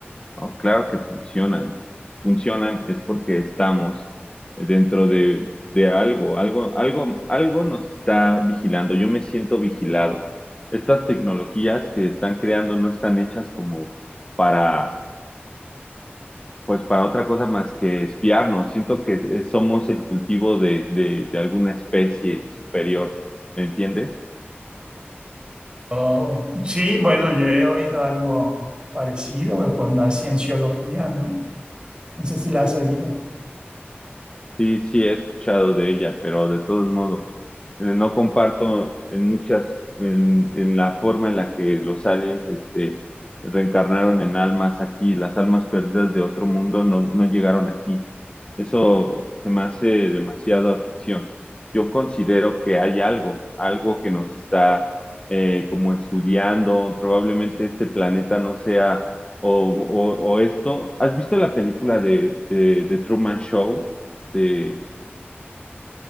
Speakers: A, on the left (about 25°); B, on the right (about 25°).
A: No, claro que funcionan. Funcionan es porque estamos dentro de, de algo, algo, algo, algo nos está vigilando. Yo me siento vigilado. Estas tecnologías que están creando no están hechas como para, pues, para otra cosa más que espiarnos. Siento que eh, somos el cultivo de, de, de alguna especie superior. ¿Me entiendes?
B: O- sí, bueno, yo he oído algo parecido con la cienciología, ¿no? No sé si la has oído.
A: Sí, sí, he escuchado de ella, pero de todos modos. eh, no comparto en muchas, en, en la forma en la que los aliens, este, reencarnaron en almas aquí, las almas perdidas de otro mundo no, no llegaron aquí. Eso se me hace demasiada ficción. Yo considero que hay algo, algo que nos está eh, como estudiando, probablemente este planeta no sea o, o, o esto. ¿Has visto la película de, de, de Truman Show? De,